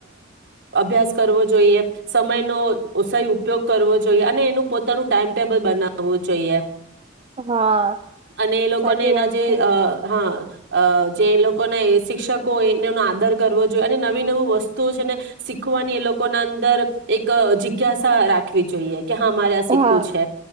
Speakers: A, on the right; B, on the right.
A: અભ્યાસ કરવો જોએ. જોઈએ સમયનો સહી ઉપયોગ કરવો જોઈએ અને એનું પોતાનું ટાઈમ ટેબલ બનાવવું જોઈએ.
B: હા
A: અને એ લોકોને
B: સાચી
A: એના
B: વાત
A: જે
B: છે
A: હા. અ જે એ લોકોને શિક્ષકો હોય એને એનો આદર કરવો જોઈએ અને નવી નવી વસ્તુઓ છે ને શીખવાની એ લોક ના અંદર એક જિગ્યાસા રાખવી જોઈએ કે હા મારે આ શીખવું
B: હા
A: છે